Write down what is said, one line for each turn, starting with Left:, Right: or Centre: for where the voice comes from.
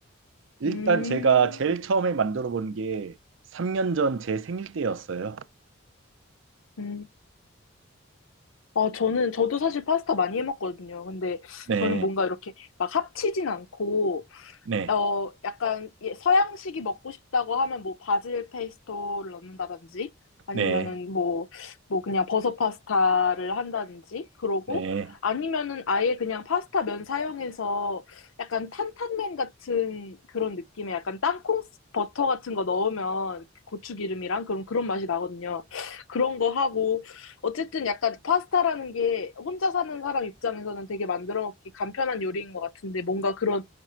Right: 일단
Left: 음,
Right: 제가 제일 처음에 만들어 본 게 3년 전 제 생일 때였어요.
Left: 음. 아, 저는, 저도 사실 파스타 많이 해 먹거든요. 근데
Right: 네,
Left: 저는 뭔가 이렇게 막 합치진 않고,
Right: 네,
Left: 어, 약간 예, 서양식이 먹고 싶다고 하면 뭐 바질 페이스토를 넣는다든지 아니면은
Right: 네,
Left: 뭐, 뭐 그냥 버섯 파스타를 한다든지 그러고
Right: 네.
Left: 아니면은 아예 그냥 파스타 면 사용해서 약간 탄탄면 같은 그런 느낌의 약간 땅콩 버터 같은 거 넣으면 고추기름이랑 그런 그런 맛이 나거든요. 그런 거 하고 어쨌든 약간 파스타라는 게 혼자 사는 사람 입장에서는 되게 만들어 먹기 간편한 요리인 것 같은데 뭔가 그런